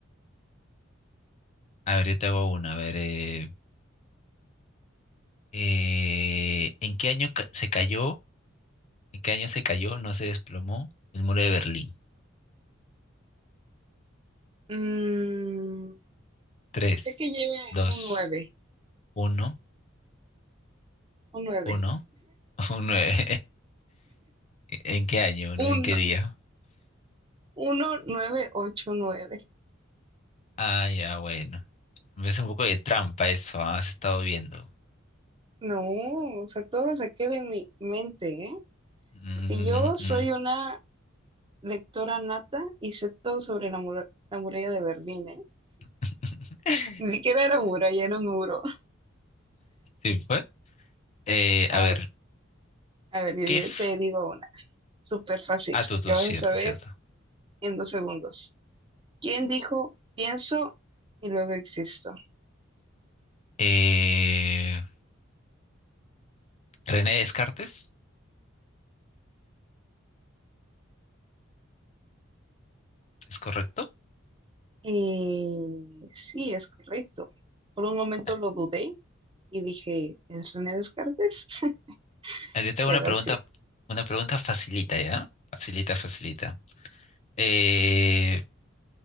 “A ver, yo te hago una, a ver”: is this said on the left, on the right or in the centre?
Left